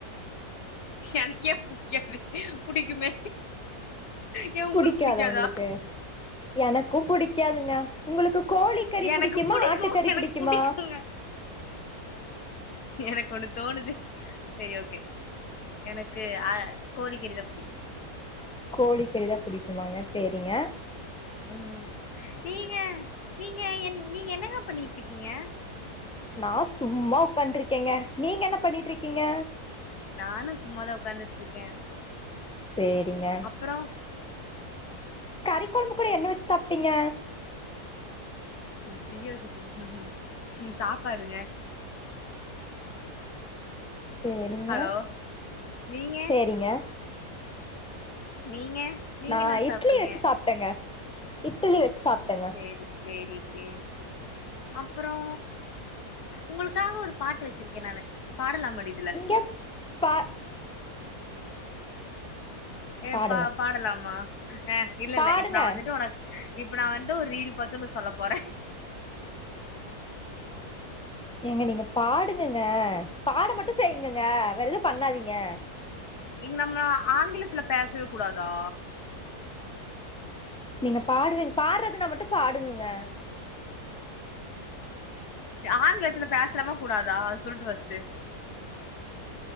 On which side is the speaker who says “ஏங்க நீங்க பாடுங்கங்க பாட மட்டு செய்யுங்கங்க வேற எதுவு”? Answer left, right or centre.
Centre